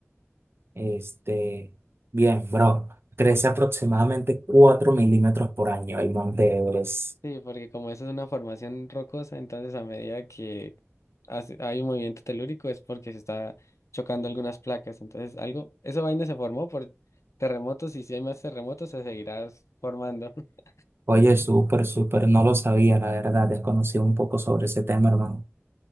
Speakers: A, on the right (about 55°); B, on the left (about 80°).
A: Este, bien, bro. Crece aproximadamente 4 milímetros por año el Monte Everest.
B: Sí, porque como eso es una formación rocosa, entonces a medida que hace- hay un movimiento telúrico es porque se está chocando algunas placas. Entonces algo, esa vaina se formó por terremotos y si hay más terremotos se seguirá formando. <laughs>
A: Oye, súper, súper, no lo sabía, la verdad, desconocía un poco sobre ese tema, hermano.